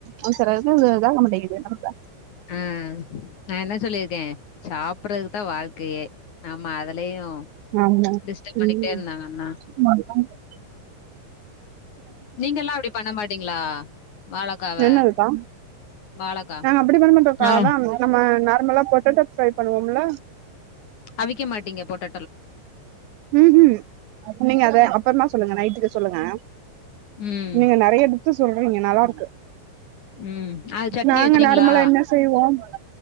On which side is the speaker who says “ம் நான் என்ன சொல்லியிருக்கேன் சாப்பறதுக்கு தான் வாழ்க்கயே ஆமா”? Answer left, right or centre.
Left